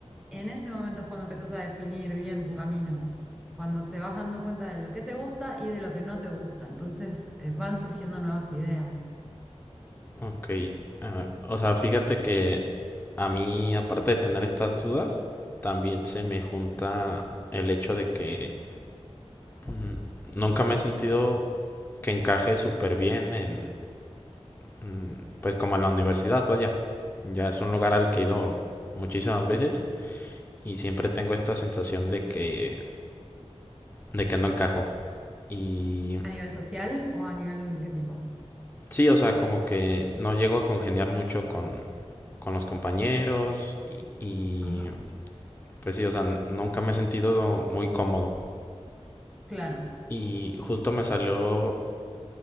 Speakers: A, in the centre; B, on the left.
A: en ese momento es cuando empezás a definir bien tu camino, cuando te vas dando cuenta de lo que te gusta y de lo que no te gusta. Entonces, eh, van surgiendo nuevas ideas.
B: Ok. Ah, o sea, fíjate que a mí, aparte de tener estas dudas, también se me junta el hecho de que Mm, Nunca me he sentido que encaje súper bien en, mm, pues como en la universidad, vaya. Ya es un lugar al que he ido muchísimas veces y siempre tengo esta sensación de que, de que no encajo. Y
A: ¿A nivel social o a nivel qué tipo?
B: sí, o sea, como que no llego a congeniar mucho con, con los compañeros y, y,
A: Ajá,
B: pues sí, o sea, nunca me he sentido muy cómodo.
A: claro,
B: Y justo me salió,